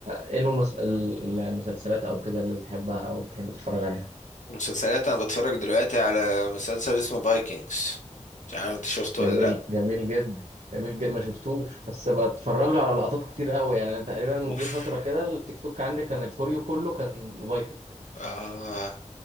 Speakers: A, on the right; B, on the left.
A: إيه المس... المسلسلات أو كده اللي بتحبها أو بتحب تتفرج عليها
B: مسلسلات انا بتفرج دلوقتي على مسلسل اسمه فايكنجز مش عارف انت شفته
A: جميل
B: ولا لا
A: جميل جدا جميل جدا ما شفتوش بس بتفرج له على لقطات كتير قوي يعني أنا تقريبا
B: اوف
A: جه فترة كده التيك توك عندي كان الفوريو كله كان فايكنج
B: آه